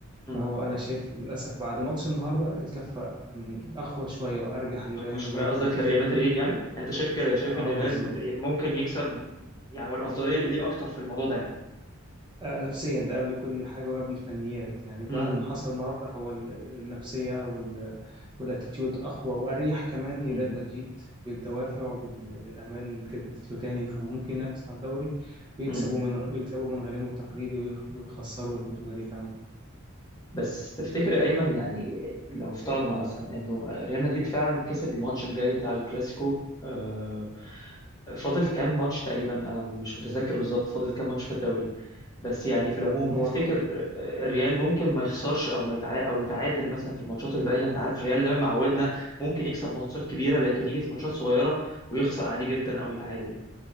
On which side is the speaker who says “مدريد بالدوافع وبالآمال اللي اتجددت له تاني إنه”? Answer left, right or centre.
Right